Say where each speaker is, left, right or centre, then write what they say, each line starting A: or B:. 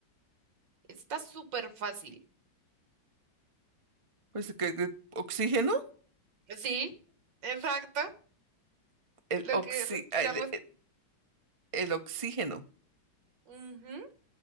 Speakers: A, on the right (about 70°); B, on the right (about 30°).
A: Está súper fácil.
B: Pues, ¿qué- qué- ¿oxígeno?
A: Sí, exacto.
B: El,
A: Lo
B: oxi-
A: que respiramos.
B: ah, el, el- el oxígeno.
A: Ujú.